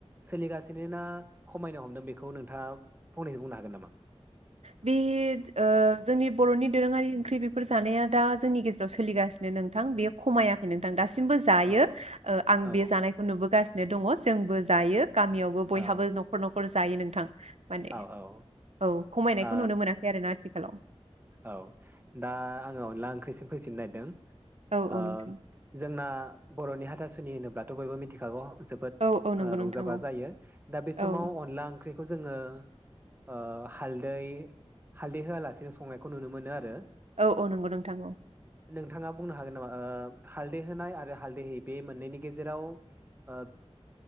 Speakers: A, on the right (about 20°); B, on the right (about 75°).
A: सोलिगासिनो ना खमायनो हमदों बेखौ नोंथाङा फंनैसो बुंनो हागोन नामा?
B: बेयो ओ जोंनि बर'नि दोरोङारि ओंख्रि बेफोर जानाया दा जोंनि गेजेराव सोलिगासिनो नोंथां बेयो खमायाखै नोंथां दासि मबो जायो
A: औ
B: आं
A: औ
B: बे जानायखौ नुबोगासि नो दङ जोंबो जायो। गामियावबो बयहाबो
A: औ
B: न'ख न'खर जायो नोंथां। माने
A: औ औ।
B: औ खमायनायखौ
A: ओ
B: नुनो मोनाखै आरो ना। आथिखालाव।
A: औ दा आङो अनला ओंख्रिसिम फैफिननो नागिरदों।
B: औ
A: ओ
B: औ नोंथां
A: जोंना बर'नि हाथासुनि होनोब्लाथ' बयबो मिथिखागौ। जोबो
B: औ औ नंगौ
A: ओ रंजा
B: नोंथां
A: बाजा
B: औ
A: जायो दा बे समाव
B: औ
A: अनला ओंख्रि खौ जोङो ओ हाल्दै हाल्दै होआ लासिनो संना खौ नुनो मोनो आरो।
B: औ औ नंगौ नोंथां ओं औ।
A: नोंथाङा बुंनो हागोन नामा ओ हालदै होनाय आरो हालदै होयि बे मोननैनि गेजेराव ओ